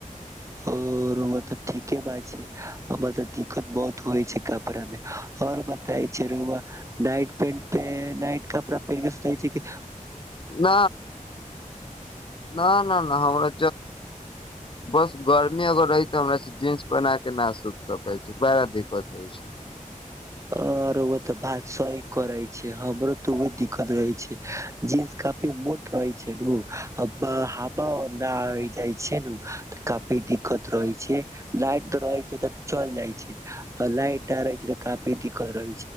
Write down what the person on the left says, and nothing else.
न न न न हमरा बस गर्मी अगर रही तऽ हमरा जींस पहिना के नहि सुति सकै छी बड़ा दिक्कत होइ छै